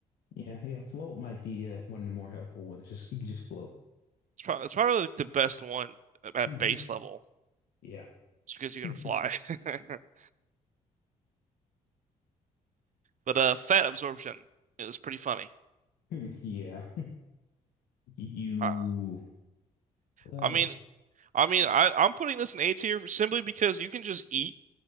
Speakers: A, on the left; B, on the right.
A: Yeah, yeah. Float might be uh, one of the more helpful ones. Just you can just float.
B: It's probably it's probably like the best one at
A: Mhm.
B: base level.
A: Yeah.
B: It's because you can
A: <laughs>
B: fly. <laughs> But uh, Fat Absorption is pretty funny.
A: Yeah. You
B: Uh,
A: what?
B: I mean, I mean, I, I'm putting this in A tier simply because you can just eat